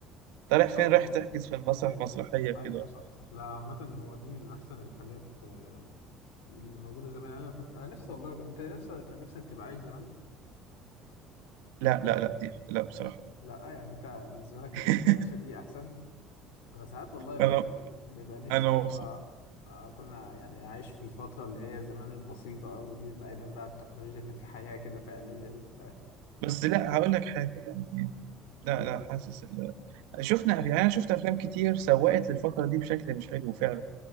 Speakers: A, on the right; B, on the left.
A: انت رايح فين
B: اه
A: رايح
B: اه
A: تحجز في المسرح
B: ده حقيقي
A: مسرحيه كده
B: ايوه صح صح لا عامة هو دي من احسن الحاجات آه، اللي موجودة زمان انا كنت انا نفسي والله انت نفسك كان نفسك تبقى عايش زمان
A: لا لا لا دي لا بصراحه
B: لا يعني انت بالنسبه لك
A: <laughs>
B: ال- العيشه دي احسن انا ساعات والله ب-
A: انا
B: بيبقى نفسي
A: انا
B: اللي
A: مبسوط
B: هو آه، كنا يعني عايش في الفتره اللي هي زمان البسيطه قوي دي بعيدا بقى عن التكنولوجيا كان في حياه كده فعليا <laughs> ف-
A: بس لا هقول لك حاجه يعني لا
B: ايه
A: لا حاسس ال... شفنا يعني انا شفت افلام كتير سوقت للفتره دي بشكل مش حلو فعلا